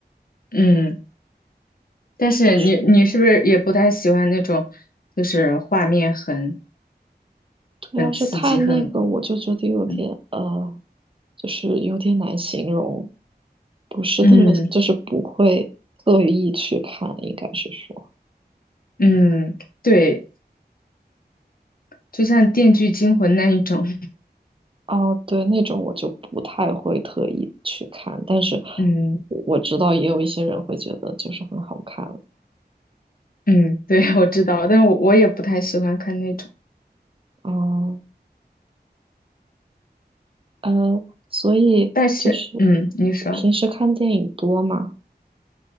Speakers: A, on the left; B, on the right.
A: 嗯，但是你你是不是也不太喜欢那种，
B: 但是。
A: 就是画面很
B: 对，
A: 很刺激，
B: 要是太那个，
A: 很
B: 我就觉得有点呃，
A: 嗯
B: 就是有点难形容，不是那么，
A: 嗯
B: 就是不会特意去看，应该是说，
A: 嗯，对，就像《电锯惊魂》那一种，
B: 哦，对，那种我就不太会特意去看，但是
A: 嗯
B: 我知道也有一些人会觉得就是很好看啊，
A: 嗯，对，<laughs> 我知道，但我我也不太喜欢看那种。
B: 嗯呃，所以就是
A: 但是，嗯，你说，
B: 你平时看电影多吗？